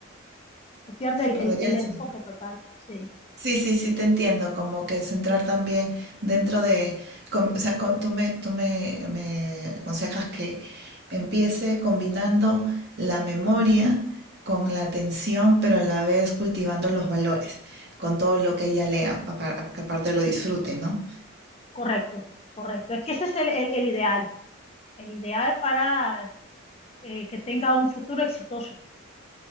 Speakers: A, on the left (about 30°); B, on the right (about 50°).
A: se pierde
B: se
A: el,
B: perdería
A: el- el
B: el
A: enfoque
B: sen-
A: total. Sí,
B: Sí, sí, sí, te entiendo, como que centrar también dentro de, com- o sea, co- tú me, tú me, me aconsejas que empiece combinando la memoria con la atención, pero a la vez cultivando los valores, con todo lo que ella lea, pa- para que aparte lo disfrute, ¿no?
A: correcto, correcto. Es que ese es el, el- el ideal, el ideal para eh, que tenga un futuro exitoso.